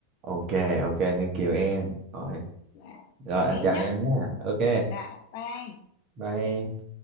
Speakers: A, on the right; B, on the left.
A: ok ok thank you em rồi
B: Dạ,
A: rồi
B: thế
A: anh chào
B: nhá.
A: em nhé ok
B: Dạ, bye anh.
A: bye em